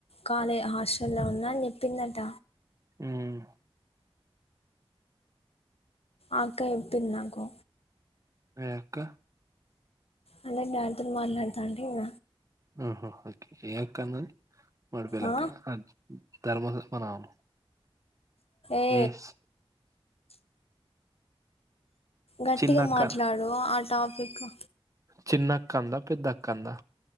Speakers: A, on the left; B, on the right.
A: కాలే హాస్టల్ లో ఉన్నా అని చెప్పిందట
B: ఉమ్
A: అకా ఏడుతుంది నాకు
B: ఎ అక్క
A: అంటే డాడీ తోను మాట్లాడతా అండి ఇగ
B: ఆహ ఓకే కన్నాది మపేలక్కన
A: ఆ
B: ధర్మ ధుష్మ నామం
A: ఏ
B: ఏస్
A: గట్టిగ
B: చిన్నక్క
A: మాట్లాడవా ఆ టాపిక్కు
B: చిన్నక్క అందా పెద్దక్క అందా